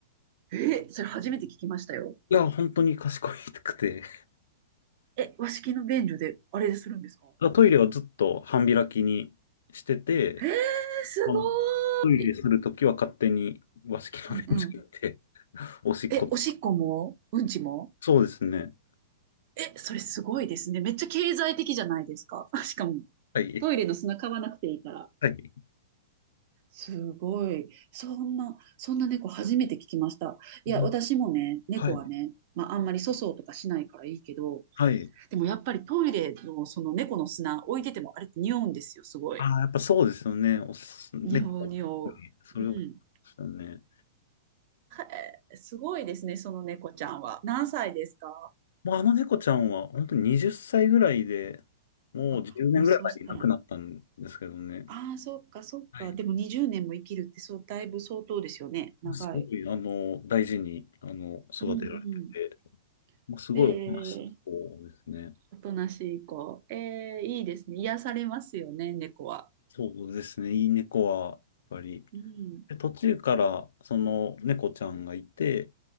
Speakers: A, on the right; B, on the left.
A: え、それ初めて聞きましたよ。
B: いや、本当に賢くて。だか
A: え、和式の便所で、あれするんですか
B: らトイレはずっと半開きにしてて、
A: えー、すご
B: あのトイレするときは勝手に和式の便所行って、
A: ーい。うんうん。
B: おしっこ。
A: え、おしっこもうんちも
B: そうですね。
A: え、それすごいですね。めっちゃ経済的じゃないですか。<laughs> しかも、
B: はい。
A: トイレの砂買わなくていいから。
B: はい。
A: すごい。そんな、そんな猫初めて聞きました。いや、
B: わ
A: 私もね、猫はね、
B: はい。
A: まあ、あんまり粗相とかしないからいいけど、
B: はい。
A: でもやっぱりトイレのその猫の砂置いててもあれって匂うんですよ、すごい。
B: ああ、やっぱそうですよね。おす、猫、
A: 匂う匂う。
B: それを、
A: うん。
B: そうですよね。
A: へえすごいですね、その猫ちゃんは。何歳ですか
B: まあ、あの猫ちゃんは本当に20歳ぐらいで、もう10年ぐらい前に亡くなったんですけどね。
A: あ、もうそうしたら、ああ、そっか、そっか。
B: はい。
A: でも20年も生きるって、そう、だいぶ相当ですよね。長い。
B: すごい、あの、大事に、あの、育てられてて、
A: うんうん。
B: まあ、すごいおとなしい子ですね。
A: ええおとなしい子。ええいいですね。癒されますよね、猫は。
B: そうですね、いい猫は、やっぱり。
A: うん、
B: で、途中から、その、猫ちゃんがいて、